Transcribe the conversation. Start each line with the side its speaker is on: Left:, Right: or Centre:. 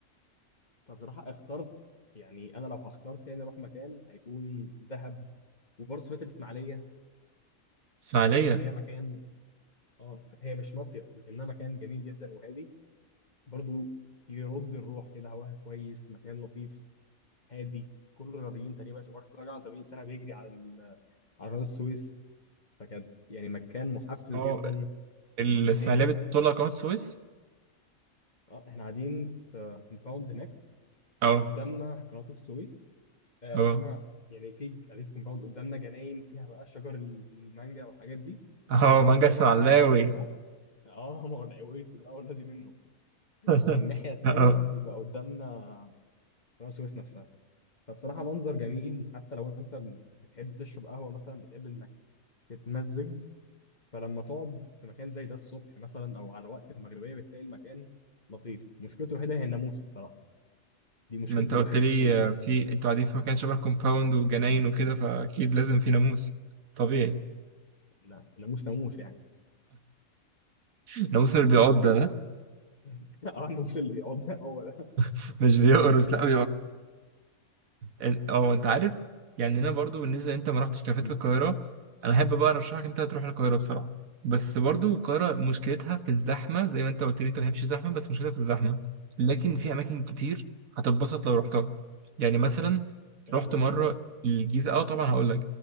Left: فبصراحه اخترت يعني انا لو هختار تاني اروح مكان هيكون دهب وبرضه سافرت الاسماعيليه
Right: إسماعيلية
Left: الاسماعيليه مكان اه بس هي مش مصيف لكنها مكان جميل جدا وهادي برضه يرد الروح كده هواها كويس مكان لطيف هادي كل الرياضيين تقريبا عشان برشلونه راجع عن 80 سنه بيجري على ال- على قناه السويس فكانت يعني مكان محفز
Right: أه
Left: جدا
Right: الإسماعيلية
Left: ومكان هادي
Right: بتطلع قناة السويس؟
Left: اه احنا قاعدين في كومباوند هناك
Right: أه
Left: قدامنا قناة السويس آه
Right: أه
Left: قدامنا يعني في قاعدين في كومباوند قدامنا جناين فيها بقى شجر المانجا والحاجات دي
Right: <laughs> اهو
Left: بعد
Right: مانجا
Left: كده
Right: اسماعيلاوي
Left: بعد الشجر ده اه ما هو العويسي بقى والذي منه
Right: <laughs>
Left: والناحية التانية
Right: اهو
Left: بيبقى قدامنا قناة السويس نفسها فبصراحة منظر جميل حتى لو انت بتحب تشرب قهوة مثلا بتحب انك تتمزج فلما تقعد في مكان زي ده الصبح مثلا او على وقت المغربية بتلاقي المكان لطيف مشكلته الوحيدة هي الناموس الصراحة دي مشكلته
Right: ما انت
Left: الوحيده
Right: قلت لي
Left: يعني
Right: آه، في انتوا قاعدين في مكان شبه كومباوند وجناين وكده فاكيد لازم في ناموس طبيعي
Left: إن- ناموس ناموس يعني
Right: <laughs> ناموس اللي بيعض ده
Left: <laughs> اه الناموس اللي بيقعدنا <laughs> هو ده
Right: <laughs> مش بيقرص لا إن- اه انت عارف يعني انا برضو بالنسبه انت ما رحتش كافيهات
Left: مم.
Right: في القاهره انا احب بقى ارشحك انت تروح القاهره بصراحه بس برضو القاهره مشكلتها في الزحمه زي ما انت قلت لي انت ما بتحبش الزحمه بس مشكلتها في الزحمه لكن في اماكن كتير هتتبسط لو رحتها يعني مثلا
Left: إيه،
Right: رحت
Left: زي
Right: مره
Left: ايه مثلا
Right: الجيزه اه طبعا هقول لك